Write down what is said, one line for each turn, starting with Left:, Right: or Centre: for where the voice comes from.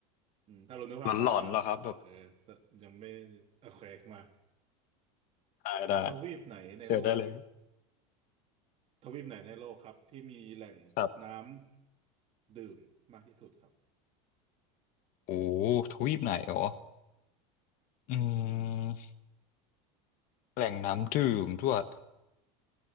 Right: อืมถ้าเรานึกภาพตามอ่ะนะคือ
Left: หลอนๆเหรอครับแบบ
Right: ยังไม่โอเคมา
Left: ได้ได้
Right: ทวีปไหนในโลก
Left: เสิร์ชได้เลย
Right: ทวีปไหนในโลกครับที่มีแหล่งน้
Left: ครับ
Right: ำดื่มมากที่สุดครับ
Left: โอ้ทวีปไหนอ๋ออืม
Right: อืม
Left: แหล่งน้ำดื่มด้วย